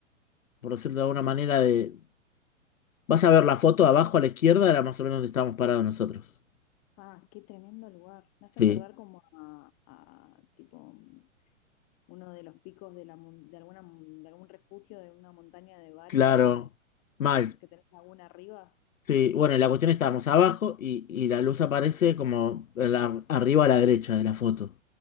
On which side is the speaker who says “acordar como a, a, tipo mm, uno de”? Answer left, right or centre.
Left